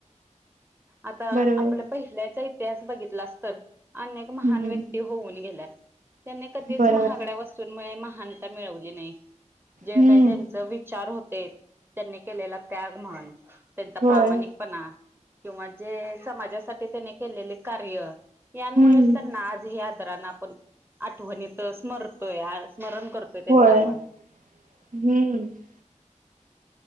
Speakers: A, on the right; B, on the right.
A: आता
B: बरोबर
A: आपला
B: आहे
A: पहिल्याचा इतिहास बघितलास, तर अनेक महान
B: हम्म
A: व्यक्ती होऊन गेल्यात. त्यांनी कधीच
B: बरोबर
A: महागड्या वस्तूमुळे महानता मिळवली नाही. जे
B: हम्म
A: काही त्यांचे विचार होते, त्यांनी केलेला त्याग म्हण त्यांचा प्रामाणिक
B: होय
A: पणा. किंवा जे समाजासाठी त्यांनी केलेले कार्य यांमुळेच
B: हम्म
A: त्यांना आज आदरान आपण आठवणीत स्मरतोय स्मरण करतोय.
B: होय,
A: त्यांचं आपण
B: ह ह.